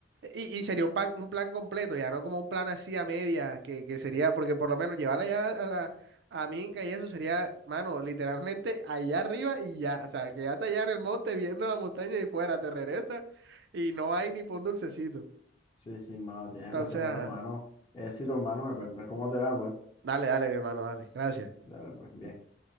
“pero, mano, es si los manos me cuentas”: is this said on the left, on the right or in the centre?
Left